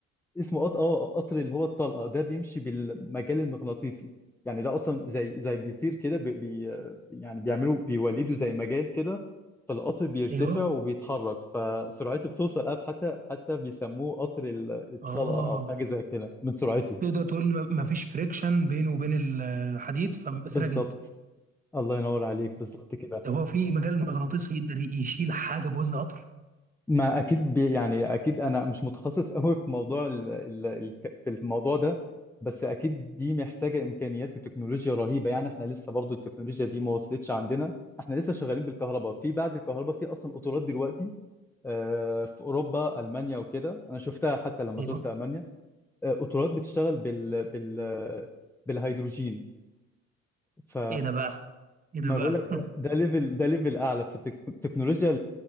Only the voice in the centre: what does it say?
اسمه قط... اه قطر اللي هو الطلقه ده بيمشي بالمجال المغناطيسي يعني ده اصلا زي زي بيطير كده بي... بي... يعني بيعملوا بيولدوا زي مجال كده فالقطر بيرتفع
وبيتحرك فسرعته بتوصل أب حتى حتى بيسموه قطر ال- الطلقه
او حاجه زي كده من سرعته
بالظبط
الله ينور عليك بالظبط كده
ما اكيد بي يعني اكيد انا مش متخصص قوي في موضوع ال ال ال في الموضوع ده بس اكيد دي محتاجه امكانيات وتكنولوجيا رهيبه يعني احنا لسه برضو التكنولوجيا دي ما وصلتش عندنا احنا لسه شغالين بالكهرباء في بعد الكهرباء في اصلا قطارات دلوقتي آه، في اوروبا المانيا وكده انا شفتها حتى لما
زرت المانيا آه، قطارات بتشتغل بال بال بالهيدروجين ف
ما
بقول لك ده
ده ليفل ده ليفل اعلى فالتكنولوجيا